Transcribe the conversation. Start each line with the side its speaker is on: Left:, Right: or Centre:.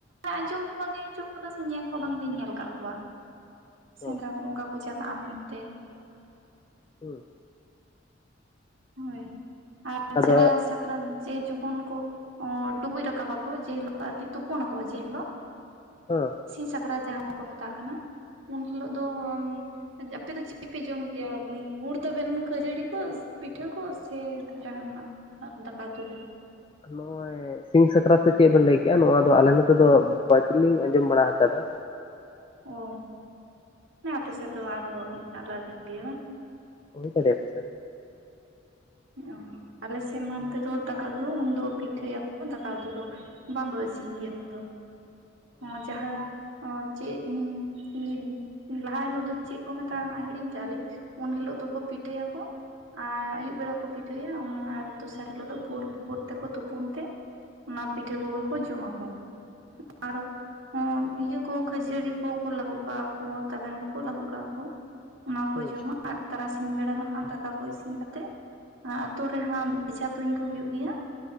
Right: ᱟᱸᱡᱚᱢ ᱵᱟᱞᱤᱧ ᱟᱸᱡᱚᱢ ᱟᱠᱟᱫᱟ ᱥᱮ ᱧᱮᱞ ᱦᱚᱸ ᱵᱟᱝᱞᱤᱧ ᱧᱮᱞ ᱟᱠᱟᱫ ᱠᱚᱣᱟ᱾
Left: ᱦᱮᱸ
Right: ᱥᱮᱸᱫᱽᱨᱟ ᱠᱚ ᱚᱱᱠᱟ ᱠᱚ ᱪᱟᱞᱟᱜᱼᱟ ᱢᱮᱱᱛᱮ᱾
Left: ᱦᱩᱸ᱾
Right: ᱦᱳᱭ ᱟᱨ
Left: ᱟᱫᱚ
Right: ᱡᱟᱦᱟᱸ ᱥᱟᱠᱨᱟᱛ ᱡᱮ ᱡᱚᱠᱷᱚᱱ ᱠᱚ ᱰᱩᱵᱩᱡ ᱨᱟᱠᱟᱵᱟᱠᱚ ᱡᱮᱦᱤᱞᱳᱜ ᱟᱨᱠᱤ ᱛᱩᱯᱩᱱ ᱟᱠᱚ ᱡᱮ ᱦᱤᱞᱳᱜ᱾
Left: ᱦᱮᱸ᱾
Right: ᱥᱤᱧ ᱥᱟᱠᱨᱟᱛ ᱡᱟᱦᱟᱸ ᱦᱤᱞᱳᱜ ᱠᱚ ᱢᱮᱛᱟᱜ ᱠᱟᱱᱟ ᱩᱱ ᱦᱤᱞᱚᱜᱜ ᱫᱚ ᱟᱯᱮ ᱫᱚ ᱟᱯᱮ ᱫᱚ ᱪᱮᱫᱯᱮ ᱡᱚᱢ ᱜᱮᱭᱟ ᱜᱩᱲ ᱛᱟᱵᱮᱱ ᱠᱷᱟᱹᱡᱟᱹᱲᱤ ᱠᱚ ᱯᱤᱴᱷᱟᱹ ᱠᱚ ᱥᱮ ᱡᱟᱦᱟᱱᱟᱜ ᱫᱟᱠᱟ ᱩᱛᱩ ᱜᱮ?
Left: ᱱᱚᱜ-ᱚᱭ ᱥᱤᱧ ᱥᱟᱠᱨᱟᱛ ᱥᱮ ᱪᱮᱫ ᱵᱮᱱ ᱞᱟᱹᱭᱠᱮᱜᱟ ᱱᱚᱣᱟ ᱫᱚ ᱟᱞᱮ ᱱᱚᱛᱮ ᱫᱚ ᱵᱟᱹᱪᱚᱞᱤᱧ ᱟᱸᱡᱚᱢ ᱵᱟᱲᱟ ᱟᱠᱟᱫᱟ᱾
Right: ᱚ ᱟᱯᱮ ᱥᱮᱫ ᱫᱚ ᱟᱨᱚ ᱟᱞᱟᱫᱟ ᱜᱮᱭᱟ᱾
Left: ᱦᱩᱭ ᱫᱟᱲᱮᱟᱜᱼᱟ ᱯᱟᱪᱮᱫ᱾
Right: ᱚ ᱟᱞᱮ ᱥᱮᱫ ᱢᱟ ᱛᱮᱫᱚ ᱫᱟᱠᱟ ᱩᱛᱩ ᱫᱚ ᱯᱤᱴᱷᱟᱹᱭᱟᱠᱚ ᱫᱟᱠᱟ ᱩᱛᱩ ᱫᱚ ᱵᱟᱝᱠᱚ ᱤᱥᱤᱱ ᱩᱱᱟᱜ ᱫᱚ᱾ ᱚ ᱡᱟᱦᱟᱸ ᱪᱮᱫ <unintelligible> ᱞᱟᱦᱟ ᱦᱤᱞᱳᱜ ᱫᱚ ᱪᱮᱫ ᱠᱚ ᱢᱮᱛᱟᱜᱼᱟ ᱦᱤᱲᱤᱧ ᱠᱟᱜᱟᱞᱤᱧ ᱩᱱ ᱦᱤᱞᱳᱜ ᱫᱚᱠᱚ ᱯᱤᱴᱷᱟᱹ ᱭᱟᱠᱚ᱾ ᱟᱨ ᱟᱹᱭᱩᱵ ᱵᱮᱲᱟ ᱠᱚ ᱯᱤᱴᱷᱟᱹᱭᱟ ᱚᱱᱟ ᱟᱨ ᱫᱚᱥᱟᱨ ᱦᱤᱞᱳᱜ ᱫᱚ ᱵᱷᱳᱨ ᱵᱷᱳᱨ ᱛᱮᱠᱚ ᱛᱩᱯᱩᱱ ᱛᱮ᱾ ᱚᱱᱟ ᱯᱤᱴᱷᱟᱹ ᱠᱚᱜᱮ ᱠᱚ ᱡᱚᱢᱟᱠᱚ ᱟᱨᱚ ᱤᱭᱟᱹ ᱠᱚ ᱠᱷᱟᱹᱡᱟᱹᱲᱤ ᱠᱚᱠᱚ ᱞᱟᱹᱦᱩᱫ ᱠᱟᱜᱼᱟ ᱠᱚ ᱛᱟᱵᱮᱱ ᱠᱚᱠᱚ ᱞᱟᱹᱦᱩᱫ ᱠᱟᱜᱼᱟ ᱠᱚ ᱚᱱᱟ ᱠᱚ
Left: ᱦᱮᱸ
Right: ᱡᱚᱢᱟ ᱟᱨ ᱛᱟᱨᱟᱥᱤᱧ ᱵᱮᱲᱟ ᱫᱚ ᱦᱟᱸᱜ ᱫᱟᱠᱟ ᱠᱚ ᱤᱥᱤᱱ ᱠᱟᱛᱮᱜ᱾ ᱟᱛᱳ ᱨᱮ ᱦᱟᱸᱜ ᱵᱮᱡᱷᱟ ᱛᱩᱧ ᱠᱚ ᱦᱩᱭᱩᱜ ᱜᱮᱭᱟ᱾